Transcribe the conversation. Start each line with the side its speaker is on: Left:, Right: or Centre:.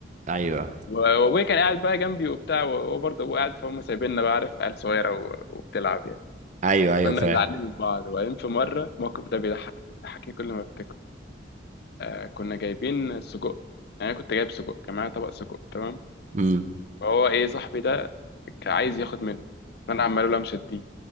Right: ايوه
Left: وابويا كان قاعد بقى جنبي وبتاع وهو برضه ابويا قاعد فهم سايبيننا بقى عارف عيال صغيره و- وبتلعب يعني
Right: ايوه ايوه
Left: كنا
Right: فاهم
Left: زعلانين من بعض وبعدين في مره الموقف ده بيضحك بيضحكني كل ما افتكره آه، كنا جايبين سجق يعني انا كنت جايب سجق كان معايا طبق سجق تمام
Right: امم
Left: فهو ايه صاحبي ده كان عايز ياخد منه فانا عمال اقول له مش هديه